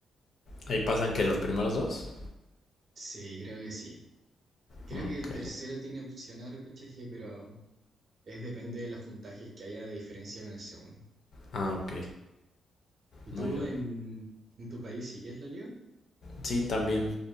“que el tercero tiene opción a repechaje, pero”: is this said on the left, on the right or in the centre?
Right